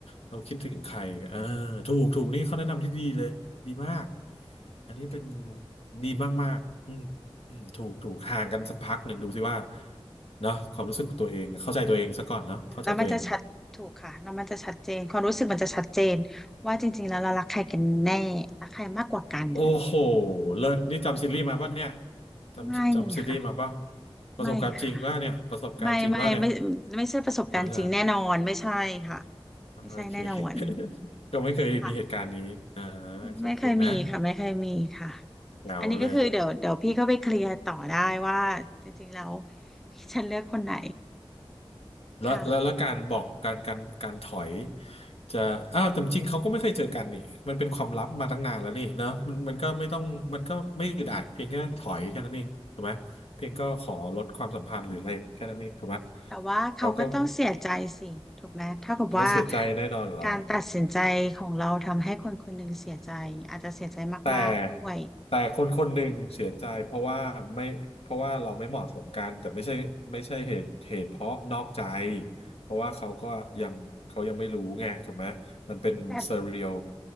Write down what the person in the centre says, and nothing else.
แล้วมันจะชัดถูกค่ะแล้วมันจะชัดเจนความรู้สึกมันจะชัดเจนว่าจริงๆแล้วเรารักใครกันแน่รักใครมากกว่ากัน
ไม่ค่ะ
ไม่ค่ะไม่ไม่ไม่ไม่ใช่ประสบการณ์จริงแน่นอนไม่ใช่ค่ะ
ไม่ใช่แน่นอน
ค่ะ
ไม่เคยมีค่ะไม่เคยมีค่ะ
อันนี้ก็คือเดี๋ยวเดี๋ยวพี่ก็ไปเคลียร์ต่อได้ว่าจริงๆแล้วพี่ฉันเลือกคนไหน
ค่ะ
แต่ว่าเขาก็ต้องเสียใจสิถูกไหมเท่ากับว่า
การตัดสินใจของเราทำให้คนคนหนึ่งเสียใจอาจจะเสียใจมากๆด้วย
แต่